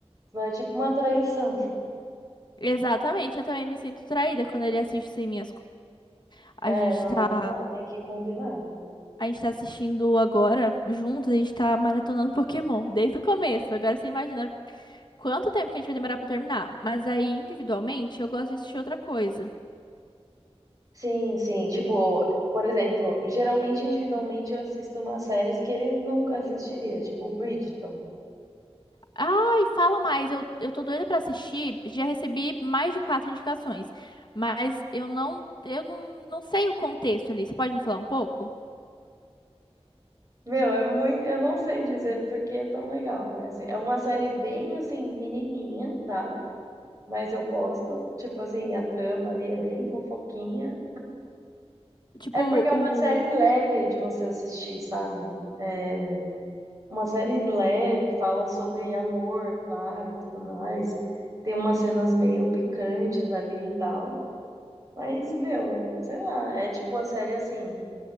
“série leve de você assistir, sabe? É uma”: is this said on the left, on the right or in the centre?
Right